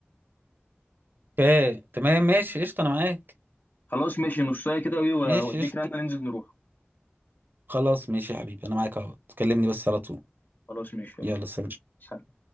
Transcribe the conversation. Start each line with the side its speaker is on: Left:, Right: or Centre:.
Right: اوكي تمام ماشي قشطه انا معاك
Left: خلاص ماشي نصايه كده وايه،
Right: ماشي
Left: واديك
Right: قشطه
Left: رنه ننزل نروح
Right: خلاص ماشي يا حبيبي انا معاك اهو تكلمني
Left: خلاص
Right: بس على طول
Left: خلاص ماشي
Right: يلا
Left: يلا بينا.
Right: سلام
Left: سلام.